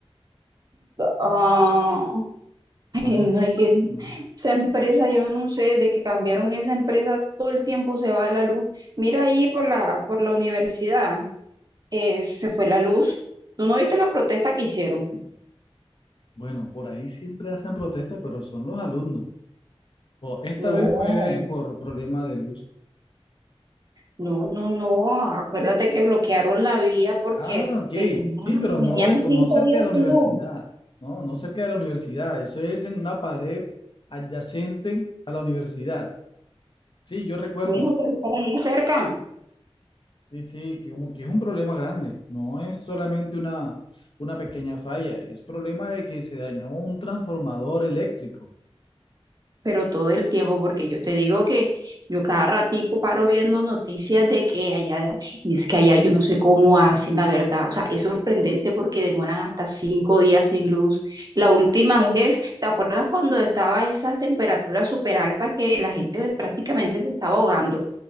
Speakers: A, on the right; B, on the left.
A: ah,
B: Por
A: ay,
B: eso,
A: no es que
B: no.
A: esa empresa, yo no sé, desde que cambiaron esa empresa, todo el tiempo se va la luz. Mira ahí por la, por la universidad, eh, se fue la luz. ¿Tú no viste la protesta que hicieron?
B: Bueno, por ahí siempre hacen protesta, pero son los alumnos. Oh, esta
A: No,
B: vez fue de- por problema de luz.
A: no, no, no. Acuérdate que bloquearon la vía porque
B: Ah, ok.
A: tenían,
B: Sí, pero
A: tenían
B: no, de-
A: cinco
B: no cerca
A: días
B: de la
A: sin
B: universidad.
A: luz.
B: No, no cerca de la universidad. Eso es en una pared adyacente a la universidad. Sí, yo recuerdo.
A: Bueno, pero por ahí cerca.
B: Sí, sí, que como que es un problema grande. No es solamente una, una pequeña falla. Es problema de que se dañó un transformador eléctrico.
A: Pero todo el tiempo, porque yo te digo que yo cada ratico paro viendo noticias de que allá, y es que allá yo no sé cómo hacen, la verdad. O sea, es sorprendente porque demoran hasta cinco días sin luz. La última vez, ¿te acuerdas cuando estaba esas temperaturas súper altas que la gente prácticamente se estaba ahogando?